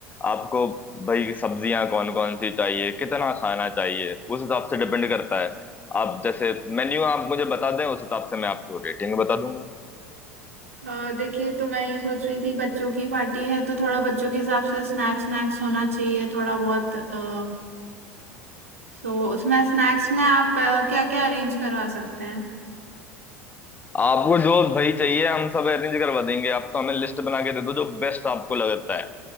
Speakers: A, on the left; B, on the right.
A: आपको भाई सब्जियां कौन कौन सी चाहिए कितना खाना चाहिए उस हिसाब से डिपेंड करता है आप जैसे मेन्यू आप मुझे बता दें उस हिसाब से मैं आपको रेटिंग बता दूंगा
B: अ, देखिए तो मैं ये सोच रही थी बच्चों की पार्टी है तो थोड़ा बच्चों के हिसाब से स्नैक्स स्नैक्स होना चाहिए थोड़ा बहुत आ, सो उसमें स्नैक्स में आप क्या क्या अरेंज करवा सकते हैं
A: आपको जो भाई चाहिए हम सब अरेंज करवा देंगे आप तो हमें लिस्ट बना के दे दो जो बेस्ट आपको लगता है